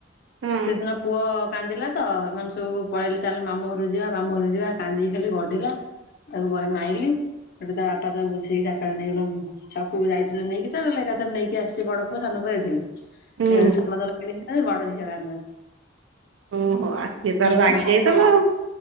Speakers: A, on the right (about 80°); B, on the left (about 55°).
A: ହଁ
B: ସେ ସିନା ପୁଅ କାନ୍ଦିଲା ତ ଏମାନେ ସବୁ ପଳେଇଲେ ଚାଲେ ମାମୁଁ ଘ ଯିବା ମାମୁଁ ଘରୁ ଯିବା କାନ୍ଦିକି ଖାଲି ଗଢିଲା ତାକୁ ବହେ ମାଇଲି ସେଠି ତା ବାପା ତାକୁ ବୁଝେଇକି ଚାରିଟା ନେଇଗଲେ ଛକକୁ ଯାଇ ଥିଲେ ନେଇକି ତ ଗଲେ ଏକାଥରେ ନେଇକି ଆସି ବଡ ପୁଅ ସାନ ପ ଯାଇଥିଲେ।
A: ହୁଁ
B: ଏବେ ତ ସମସ୍ତଙ୍କର କିଣିବେ। ଆ ବଡ଼ ଝିଅ ର
A: ଓହୋ ଆ ସିଏ
B: <unintelligible>
A: ତାର ରାଗି ଯାଇଥିବ
B: <unintelligible>
A: ଆଉ।